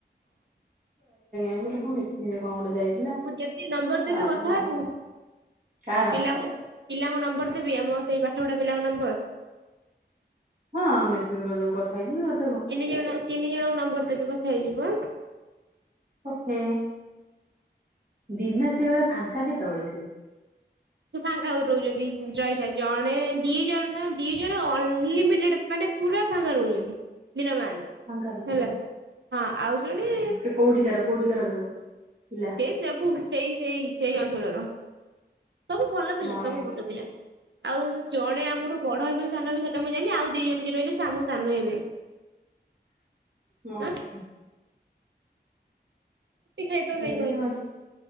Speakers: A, on the right; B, on the right.
A: ସେ କହିଲା କଣ ମିଟିଙ୍ଗ ରେ ଯାଇଥିଲା।
B: ମୁଁ ଯେତି ନମ୍ବର
A: ତାପରେ
B: ଦେବି କଥା ହେବୁ।
A: ଆଇଲା। କାର
B: ପିଲା। ପିଲାଙ୍କ ନମ୍ବର ଦେବି ଆମ ସେଇ ପାଠପଢା ପିଲାଙ୍କ ନମ୍ବର।
A: ହଁ ମେସେଜେ କରିଦବୁକଥା ହେଇଯିବ।
B: ତିନି ଜଣ ତିନି ଜଣଙ୍କ ନମ୍ବର ଦେବି କଥା ହେଇଯିବ।
A: ଓକେ ଦିନ ସାରା ସେଗୁଡା ଫାଙ୍କା କେତେବେଳେ ସେ।
B: ସେ ଫାଙ୍କା ଆଉ ରହୁଛନ୍ତି ଯଇରାଇ ଜଣେ ଦି ଜଣ ନା ଦି ଜଣ ଅନଲିମିଟେଡ ମାନେ ପୁରା ଫାଙ୍କା ରହୁଛନ୍ତି। ଦିନ ମାନ
A: ଫାଙ୍କା ରହୁଛି।
B: ହେଲା ହଁ ଆଉ ଜଣେ
A: ସେ କୋଉଠିକାର କୋଉଠିକାର ସବୁ ପିଲା
B: ସେଇ ସେବୁ ସେଇ ସେଇ ସେଇ ଅନଞ୍ଚଳର। ସବୁ ଭଲ
A: ହଁ
B: ପିଲା ସବୁ ଭଲ ପିଲା। ଆଉ ଜଣେ ଆମଠୁ ବଡ ହେବେ ହେ ସେଟା ମୁଁ ଜାନି ଆଉ ଦି ଜଣ ଯିଏ ରହିଲେ ସେ ଆମଠୁ ସାନ ହେବେ
A: <inaudible>
B: ହଁ ରୁଟି ଖାଇବା ପାଇଁ
A: ବିଜ
B: କହିଲେ
A: ମାତ